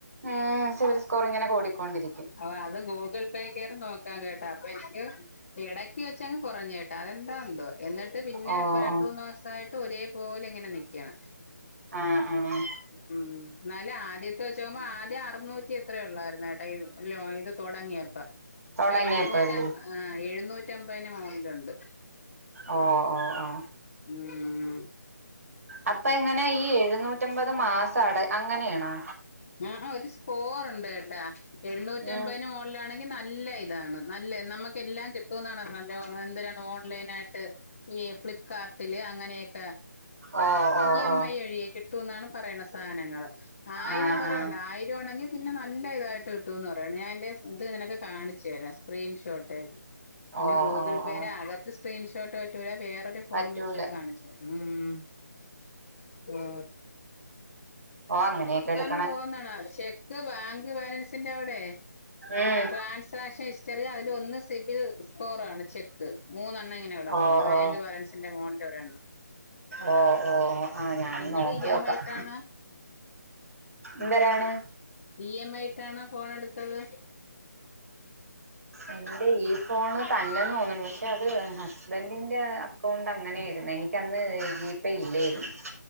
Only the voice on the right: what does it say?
ഉം സവിൽ സ്കോറി ഇങ്ങനെ കൂടിക്കൊണ്ടിരിക്കും
ഓ
ഓ
ആഹ് ആഹ്
തൊടങ്ങിയപ്പല്ലേ
ഓ ഓ ഓ
അപ്പൊ എങ്ങനെ ഈ എഴുന്നൂറ്റമ്പത് മാസം അട അങ്ങനെയാണാ
ഉം
ഓ ഓ
ഓ
ആ
ആ
ഓ
ഓ
ഓ
പറ്റൂല
ഓ അങ്ങനെയക്കെടു-
ഉം
ഓ
ഓ
ഓ ഓ ഓ ആഹ് ഞാൻ
നോക്കി
നോക്കാം
എന്തിരാണ്
എന്റെ ഈ ഫോണ് തന്നെന്ന് തോന്നണ് അത് ഹസ്ബൻഡിന്റെ അക്കൗണ്ട് അങ്ങനെയിരുന്നു എനിക്ക് അന്ന് ജിപേ ഇല്ലായിരുന്നു